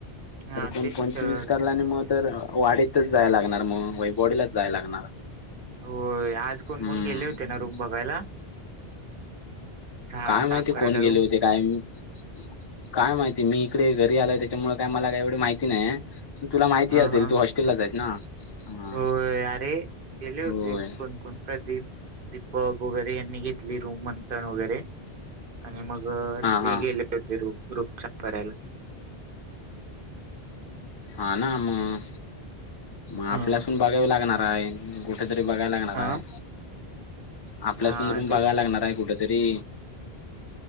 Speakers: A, on the right (about 60°); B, on the left (about 30°).
A: हा
B: तर कोण
A: तेच
B: पंचवीस
A: तर
B: करलाने मग तर वाडीतच जाय लागणार मग, वैभववाडीलाच जायला लागणार.
A: होय आज
B: हम्म
A: कोण कोण गेले होते ना रूम बघायला? हा
B: काय माहिती
A: साफ करायला
B: कोण गेले
A: रूम
B: होते? टायमिंग काय माहिती मी इकडे घरी आलोय त्याच्यामुळे काय मला एवढी माहिती नाही. तुला माहिती
A: हा
B: असेल,
A: हा
B: तू हॉस्टेललाच आहेस ना. हा
A: होय अरे गेले होते
B: होय
A: कोण-कोण प्रदीप दीपक वगैरे यांनी घेतली रूम मंथन वगैरे आणि मग
B: हा
A: ते
B: हा
A: गेले. <unintelligible> रुम साफ करायला.
B: हा ना मग, मग
A: हा
B: आपल्यासून बघावी लागणार आहे. कुठे तरी बघायला लागणार
A: हा
B: आहे. आपल्यासाठी
A: हा
B: रूम
A: तेच
B: बघायला
A: की
B: लागणार आहे कुठतरी.